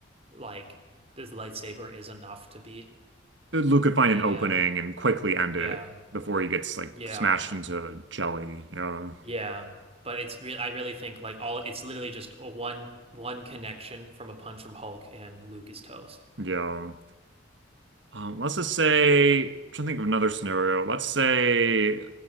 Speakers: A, on the right; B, on the right.
A: like this lightsaber is enough to beat
B: Luke could find
A: a
B: an opening
A: um
B: and quickly end it
A: yeah
B: before he gets like
A: yeah
B: smashed into jelly. Yeah.
A: Yeah, but it's real. I really think like all it's literally just a one one connection from a punch from Hulk, and Luke is toast.
B: Yeah. Um, let's just say, I'm trying to think of another scenario. Let's say,